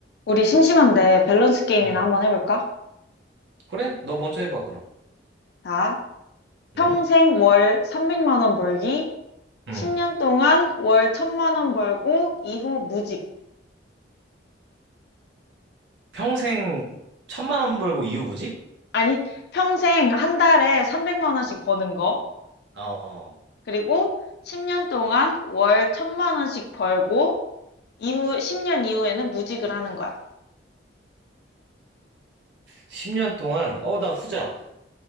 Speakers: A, on the left (about 60°); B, on the right (about 70°).
A: 우리 심심한데 밸런스 게임이나
B: 응
A: 한번 해볼까?
B: 그래? 너 먼저 해봐, 그럼.
A: 자, 평생
B: 응?
A: 월 300만 원 벌기,
B: 응.
A: 10년 동안 월 1000만 원 벌고, 이후 무직.
B: 평생 천만 원 벌고 이후부직?
A: 아니, 평생 한 달에 300만 원씩 버는 거.
B: 어, 어.
A: 그리고 10년 동안 월 1000만 원씩 벌고, 이후 10년 이후에는 무직을 하는 거야.
B: 10년 동안, 어, 나 후자.